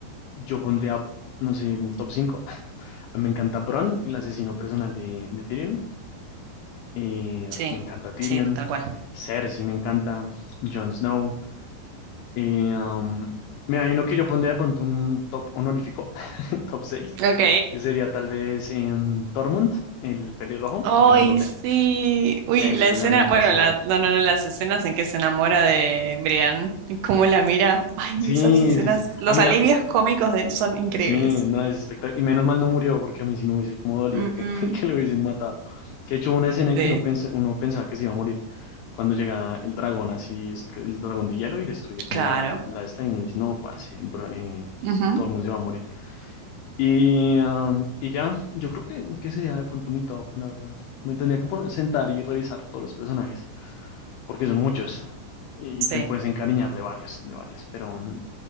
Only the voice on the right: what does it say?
Sí,
sí, tal cual.
Ok.
Ay,
sí. Uy,
la
escena,
bueno, la, no, no, no, las escenas en que se enamora de Brian, y cómo la mira. Ay,
esas escenas,
los
alivios cómicos de él son increíbles.
Mm,
sí,
claro.
Ujú,
Sí,